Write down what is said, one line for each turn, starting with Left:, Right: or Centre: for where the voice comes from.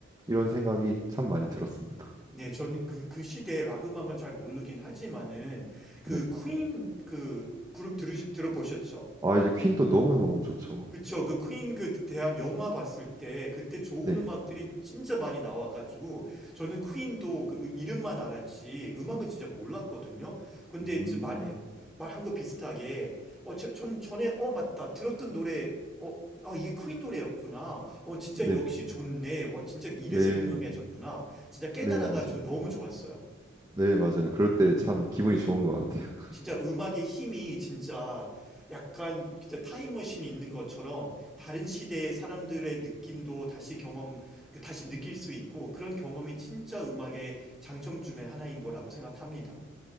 Right: 이런 생각이 참 많이 들었습니다.
Centre: 네, 저는 그, 그 시대의 락 음악은 잘 모르긴 하지만은 그
Right: 네.
Centre: 퀸 그 그룹 들으, 들어보셨죠?
Right: 아, 이제 퀸도 너무너무 좋죠.
Centre: 그쵸. 그 퀸 그 대한 영화 봤을 때 그때 좋은
Right: 네.
Centre: 음악들이 진짜 많이 나와가지고 저는 퀸도 그 이름만 알았지 음악은 진짜 몰랐거든요. 근데
Right: 음,
Centre: 이제 말, 말한 거 비슷하게 어, 저- 전 전에 어 맞다 들었던 노래 어, 아 이게 퀸 노래였구나. 어 진짜
Right: 네.
Centre: 역시 좋네. 와 진짜 이래서
Right: 네.
Centre: 유명해졌구나. 진짜 깨달아가지고
Right: 네, 맞아요.
Centre: 너무 좋았어요.
Right: 네, 맞아요. 그럴 때 참 기분이 좋은 것 같아요. <laughs>
Centre: 진짜 음악의 힘이 진짜 약간 진짜 타임머신이 있는 것처럼 다른 시대의 사람들의 느낌도 다시 경험, 그 다시 느낄 수 있고 그런 경험이 진짜 음악의 장점 중에 하나인 거라고 생각합니다.